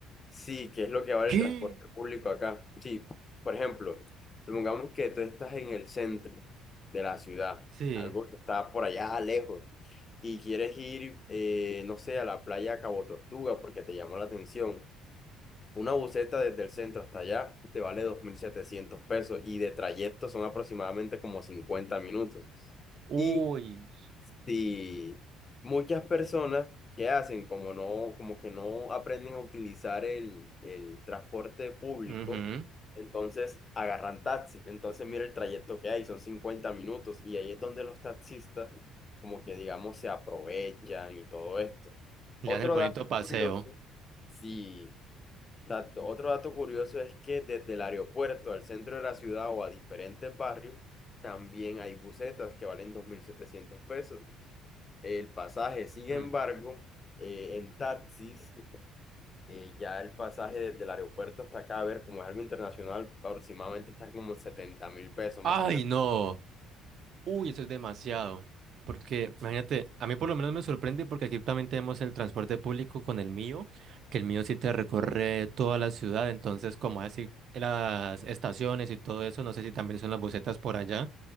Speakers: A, on the left; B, on the right.
A: sí, que es lo que vale
B: ¿Qué?
A: el transporte público acá. Sí, por ejemplo, supongamos que tú estás en el centro de la ciudad,
B: Sí.
A: algo que está por allá lejos, y quieres ir, eh, no sé, a la playa Cabo Tortuga porque te llamó la atención. Una buseta desde el centro hasta allá te vale 2.700 pesos y de trayecto son aproximadamente como 50 minutos.
B: Uy.
A: Y si muchas personas que hacen como no, como que no aprenden a utilizar el, el transporte público,
B: Ujú.
A: entonces agarran taxi. Entonces mira el trayecto que hay, son 50 minutos y ahí es donde los taxistas como que digamos se aprovechan y todo esto.
B: Le
A: Otro
B: dan el bonito
A: dato
B: paseo.
A: curioso, sí. Dato- otro dato curioso es que desde el aeropuerto al centro de la ciudad o a diferentes barrios, también hay busetas que valen 2.700 pesos. El pasaje, sin
B: Mm.
A: embargo, eh, en taxis, eh, ya el pasaje desde el aeropuerto hasta acá, a ver, como es algo internacional, aproximadamente está como setenta mil pesos, imagínate.
B: ¡Ay, no! Uy, eso es demasiado. Porque, imagínate, a mí por lo menos me sorprende porque aquí también tenemos el transporte público con el mío, que el mío sí te recorre toda la ciudad, entonces como así las estaciones y todo eso, no sé si también son las busetas por allá.